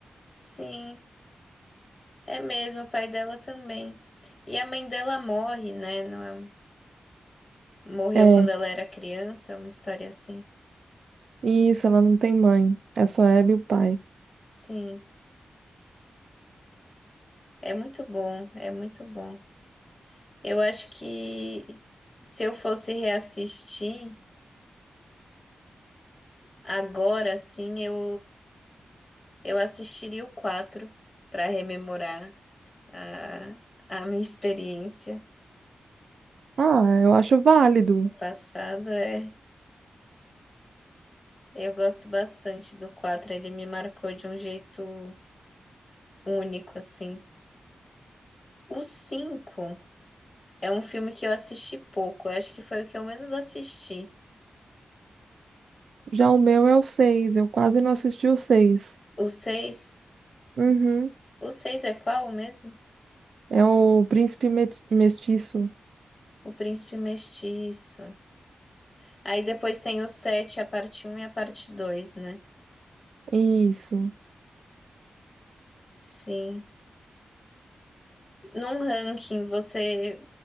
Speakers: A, on the left; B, on the right.
A: Sim, é mesmo, o pai dela também. E a mãe dela morre, né? Não é- um, Morreu
B: É,
A: quando ela era criança, uma história assim.
B: isso, ela não tem mãe, é só ela e o pai.
A: Sim, é muito bom, é muito bom. Eu acho que se eu fosse reassistir agora, sim, eu, eu assistiria o 4 para rememorar a, a minha experiência.
B: Ah, eu acho válido.
A: Passado é. Eu gosto bastante do quatro ele me marcou de um jeito único, assim. O 5 é um filme que eu assisti pouco, eu acho que foi o que eu menos assisti.
B: Já o meu é o seis, eu quase não assisti o seis.
A: O seis
B: Uhum.
A: o 6 é qual mesmo?
B: É o Príncipe Met- Mestiço.
A: O Príncipe Mestiço. Aí depois tem o sete a parte um e a parte dois né?
B: Isso.
A: Sim. Num ranking, você